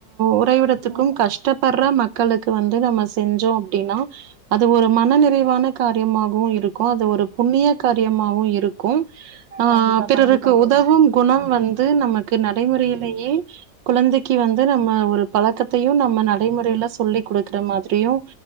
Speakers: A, on the right; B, on the right.
A: உறைவிடத்துக்கும்
B: ம்
A: கஷ் டப்படுற மக்களுக்கு வந்து நம்ம செஞ்சோ அப்டின்னா அது ஒரு மன நிறைவான காரியமாகவும் இருக்கும் அது ஒரு புண்ணிய காரியமாவு இருக்கும் ஆ
B: கண்டிப்பா
A: பிறருக்கு
B: கண்டிப்பா தோழி
A: உதவும் குணம் வந்து நமக்கு நடைமுறையிலேயே குழந்தைக்கு வந்து நம்ம ஒரு பழக்கத்தையு நம்ம நடைமுறைல சொல்லி் குடுக்குற மாதிரியும்